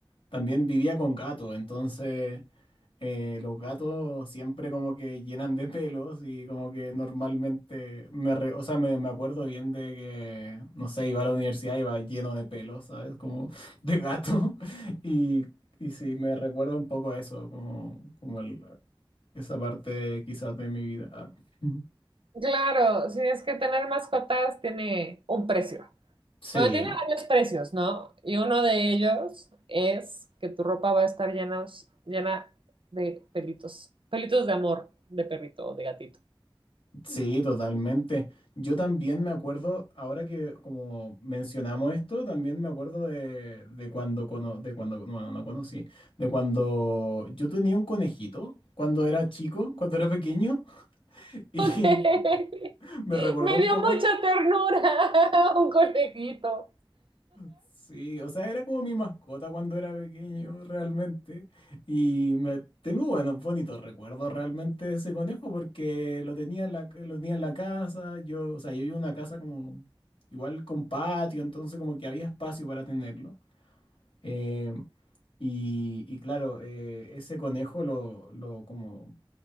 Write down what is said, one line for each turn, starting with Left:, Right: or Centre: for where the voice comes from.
Left: también vivía con gatos, entonces eh, los gatos siempre como que llenan de pelos y como que normalmente, me re- o sea, me, me acuerdo bien de que, no sé, iba a la universidad, iba lleno de pelos, ¿sabes? Como de gato. <laughs> Y, y sí, me recuerda un poco a eso, como, como el- esa parte quizás de mi vida. <laughs>
Right: Claro, sí, es que tener mascotas tiene un precio.
Left: Sí,
Right: Bueno, tiene varios precios, ¿no? Y uno de ellos es que tu ropa va a estar llena, llena de pelitos, pelitos de amor, de perrito o de gatito.
Left: Sí, totalmente. Yo también me acuerdo, ahora que como mencionamos esto, también me acuerdo de, de cuando, cono- de cuando, no, no conocí, de cuando yo tenía un conejito cuando era chico, cuando era pequeño, <laughs> y
Right: Ok, <laughs>
Left: me recordó
Right: me
Left: un
Right: dio
Left: poco,
Right: mucha ternura <laughs> un conejito.
Left: Sí, o sea, era como mi mascota cuando era pequeño, realmente. Y me tengo buenos, bonitos recuerdos realmente de ese conejo porque lo tenía en la, lo tenía en la casa. Yo, o sea, yo vivo en una casa como igual con patio, entonces como que había espacio para tenerlo. Eh, y, y claro, eh, ese conejo lo, lo como